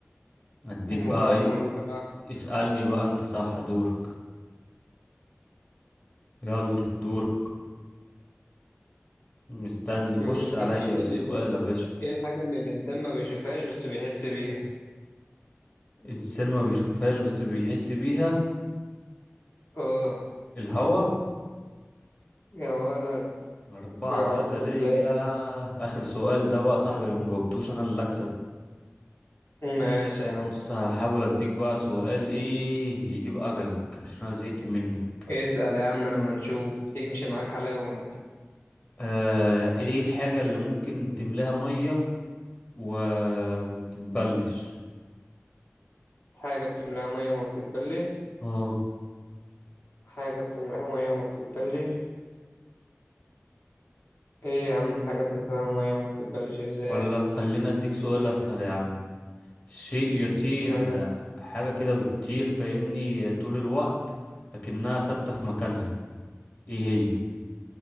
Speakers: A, on the left; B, on the left.
A: اديك
B: المباراة
A: بقى ايه
B: مولعة
A: اسألني بقى انت صح دورك يلا دورك مستني
B: بيقول
A: خش عليا
B: ايه الشيء
A: بالسؤال
B: اللي
A: يا باشا
B: ايه الحاجة اللي الإنسان ما بيشوفهاش بس بيحس بيها
A: انسان ما بيشوفهاش بس بيحس بيها
B: اه
A: الهوا
B: يا ولد
A: أربعة
B: عرفت
A: تلاتة ليا
B: ازاي
A: آخر سؤال ده بقى صاحبي لو مجاوبتوش أنا اللي أكسب
B: ماشي يا
A: بص
B: عم
A: هحاول أديك بقى سؤال إيه يجيب أجلك عشان أنا زهقت منك
B: اسأل يا عم لما نشوف تمشي معاك حلاوة انت
A: آه إيه الحاجة اللي ممكن تملاها مية وما بتتبلش
B: حاجة بتملاها مية وما بتتبلي
A: اه
B: حاجة بتملاها مية وما بتتبلي ايه يا عم الحاجة بتملاها مية وما بتتبلش ازاي
A: ولا خلينا أديك سؤال أسهل يا عم شيء يطير
B: ما-
A: حاجة كده بتطير فاهمني طول الوقت لكنها ثابتة في مكانها ايه هي